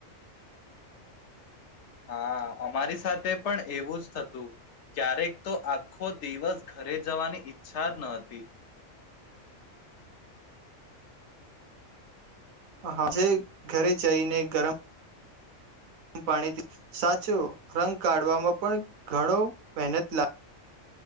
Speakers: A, on the left; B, on the right.
A: હા અમારી સાથે પણ એવું જ થતું, ક્યારેક તો આખો દિવસ ઘરે જવાની ઈચ્છા જ ન હતી.
B: હજે ઘરે જઈને ગરમ પાણી સાચો રંગ કાઢવામાં પણ ઘણો મહેનત લાગ.